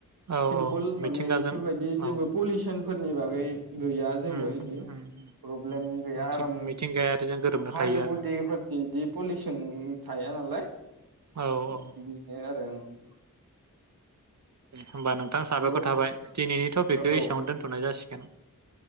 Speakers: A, on the right; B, on the right.
A: औ
B: सिम्पुल
A: मिथिंगाजों
B: माने बेफोरबायदि जेबो
A: औ
B: पलिसन फोरनि बागै गैया जेबो
A: उम
B: इदि
A: उम
B: प्रब्लेम
A: उम
B: गैया
A: मिथिं
B: आराम
A: मिथिंगायारिजों गोरोबना
B: हाजो
A: थायो आरो
B: गुदिफोर बिदि पलिउसन थाया नालाय
A: औ
B: ओ
A: औ
B: बिनो आरो उम। <unintelligible>
A: होमबा नोंथां साबायखर
B: माबा
A: थाबाय दिनैनि टपिकखौ
B: औ
A: एसेआवनो दोनथ'नाय जासिगोन